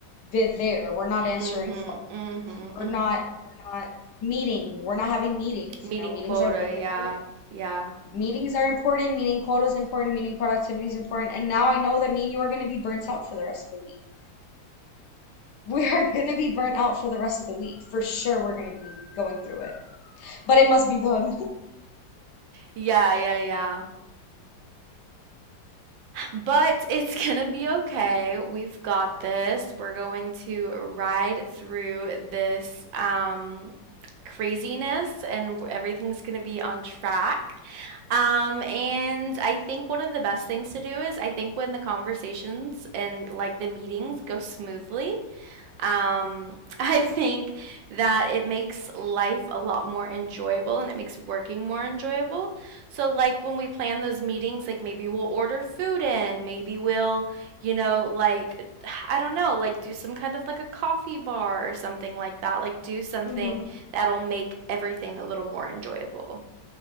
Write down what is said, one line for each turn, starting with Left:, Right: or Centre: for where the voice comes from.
Left: they're there. We're not
Right: Mm-hmm.
Left: answering phones.
Right: Mm-hmm.
Left: We're
Right: Mm-hmm.
Left: not we're not meeting. We're not having meetings. You
Right: Meeting
Left: know, meetings
Right: quota,
Left: are really
Right: yeah.
Left: important.
Right: Yeah.
Left: Meetings are important, meeting quota is important, meeting productivity is important. And now I know that me and you are going to be burnt out for the rest of the week. <laughs> We are going to be burnt out for the rest of the week. For sure, we're going to be going through it. But it must be done.
Right: Yeah, yeah, yeah. But it's <laughs> gonna be okay. We've got this. We're going to ride through this um, craziness and everything's gonna be on track. Um, and I think one of the best things to do is I think when the conversations and like the meetings go smoothly, um, <laughs> I think that it makes life a lot more enjoyable and it makes working more enjoyable. So, like when we plan those meetings, like maybe we'll order food in, maybe we'll, you know, like, <sighs> I don't know, like do some kind of like a coffee bar or something like that. Like, do something
Left: <laughs> hmm
Right: that'll make everything a little more enjoyable.